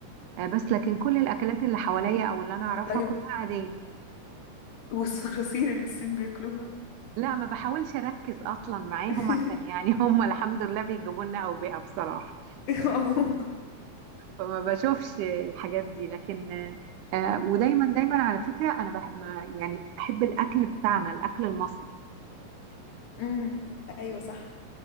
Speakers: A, on the right; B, on the left.
A: آه، بس لكن كل الأكلات اللي حواليا أو اللي أنا أعرفها
B: طيب
A: كلها عادية
B: والصراصير اللي الصين بياكلوها
A: لا ما بحاولش أركز أصلا معاهم
B: <laughs>
A: عشان يعني <laughs> هم الحمد لله بيجيبوا لنا أوبئة بصراحة
B: أو-
A: فما بشوفش الحاجات دي لكن آه، ودايما دايما على فكرة أنا بح... ما يعني بحب الأكل بتاعنا الأكل المصري
B: امم ايوه صح